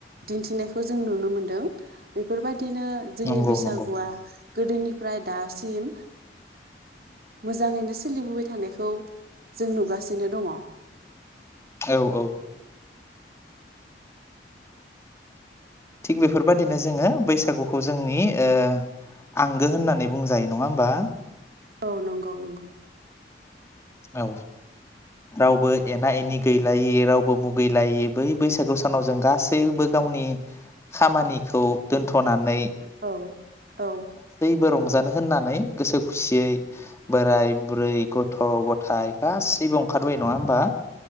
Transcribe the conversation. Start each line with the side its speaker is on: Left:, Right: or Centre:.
Right: दिन्थिनायखौ जों नुनो मोनदों बेफोरबायदि। बिदिनो जोंनि
Left: नंगौ
Right: बैसागुआ
Left: नंगौ
Right: गोदोनिफ्राय दासिम मोजांङैनो सोलिबोबाय थानायखौ जों नुगासिनो दंङ।
Left: औ औ। थिग बेफोरबायदिनो जोंङो बैसागु जोंनि ओ आं गो होननानै बुंजायो नंङा होमबा?
Right: औ नंगौ नंगौ।
Left: औ रावबो एना एनि गैलायै रावबो मुगैलायै बै बैसागु सानाव जों गासैबो गावनि खामानिखौ दोनथ'नानै
Right: औ औ
Left: बो रंजानो होननानै गोसो खुसियै बोराय बुरै गथ' ग थाय गासैबो ओंखारबाय नङा होमबा?